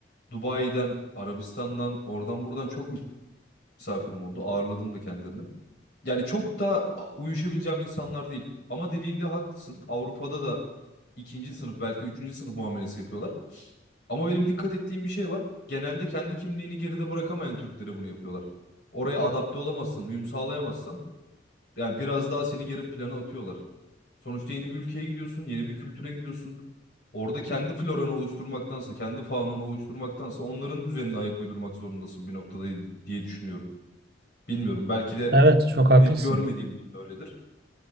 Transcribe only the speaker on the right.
Evet çok haklısın.